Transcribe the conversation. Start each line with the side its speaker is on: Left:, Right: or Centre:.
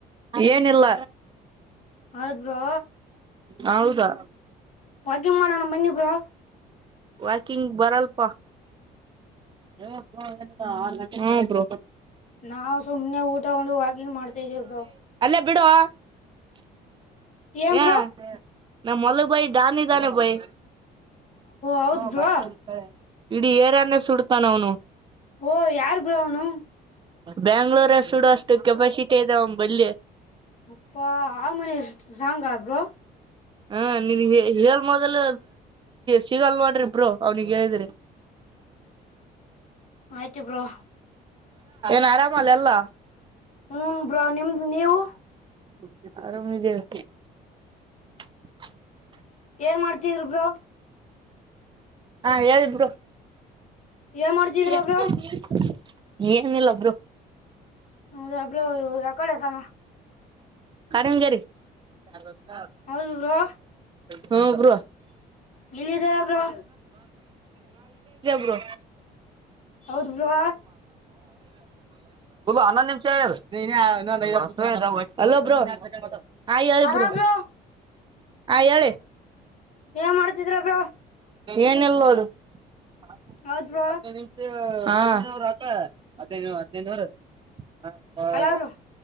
Right: ಏನಿಲ್ಲ
Left: ಹೌದ್ ಬ್ರೋ
Right: ಹೌದಾ ಹ <inaudible>
Left: ವಾಕಿಂಗ್ ಮಾಡೋಣ ಬನ್ನಿಬ್ರೋ
Right: ವಾಕಿಂಗ್ ಬರಲ್ಪ ಆ <inaudible> ಹಾ ಬ್ರೋ
Left: ನಾವವು ಸುಮ್ನೆ ಊಟಗೊಂಡು ವಾಗಿಂಗ್ ಮಾಡ್ತಾದ್ದೇವ ಬ್ರೋ
Right: ಬಿಡು <unintelligible>
Left: ಏನ್ ಬ್ರೋ
Right: ನಮ್ಮಮ್ಮೊಲ್ಲ ಬಾಯ ಾನಿ ತಾನೆ ಬಾಯಿ
Left: ಹೌದ್
Right: ಹ
Left: ಬ್ರೋ
Right: ಮತ್ತೆ ಇಡೀ ಏರನ್ನೇ ಸುಡ ಬನನು
Left: ಓ ಯಾರು ಬರಾವನು
Right: ಬ್ಯಾಂಗ್ಳೂರ ಸೂಡ ಅಷ್ಟು ಕೆಪಾಸಿಟಿ ಇದದೆ ಅವಮ್ಮ ಬಲ್ಲಿ
Left: ಅಪ್ಪ ಆ ಮನೇಶ್ ಸಾಂಗಬ್್ರರು
Right: ಹಾ ನೀನ್ ಹೇಳ ಮೊದಲ್ ಸಿಗಲ್ ಮಾಡ್ರಿಬ್ರರು ಅವ್ನಿಿಗೆ ಹೇಳಿದಿ್ರಿ
Left: ಆಯ್ತು ಬ್ರೋ
Right: ನರಾಮ ಆ ಎಲ್ಲ
Left: ಹ್ಮ ಬ್ರೋ ನಿಮ್ದ್ ನೀವು
Right: ಅಮ
Left: ಏನ್ ಮಾಡ್ತಿದರು ಬ್ರೋ
Right: ಹಾ ಯಾರಬಿಡುು
Left: ಏನ್ ಮಾಡ್ತಿದ್ರ
Right: ಯ
Left: ಬ್ರೋ
Right: ಏನಿಲ್ಲ ಒಬ್ರು
Left: ಹೌದಾ ಬ್ರೋ ಯಕಡೆ ಸಮ
Right: ಕಾರಂಜರಿ ಹ
Left: ಹೌದು ಬ್ರೋ
Right: ಬ
Left: ಇಲ್ಲಿದಾರ ಬ್ರೋ
Right: ಬ್ರೋ
Left: ಹೌದ್ ಬರುವ
Right: ಅನ್ನೊಂದು ನಿಮಿಷ ದ ಮ ಹಲೋ ಬ್ರೋ ಹ ಹೇಳಿ
Left: ಅಲ
Right: ಬ
Left: ಬ್ರೋ
Right: ಆ ಹೇಳಳೆ
Left: ಏನ್ ಮಾಡ್ತಿದ್ರ ಬ್ರೋ
Right: ಏನಲ್ಲೋಡು ಹ
Left: ಹೌದ್ ಬ್ರೋ
Right: ಹತ್ತಿನೈದು ನಿಮಿಷರುಾಕ ಹದಿನೈನೂರು ಹದಿನೈನೂರು ಹ
Left: ಅಲ ಬ್ರೋ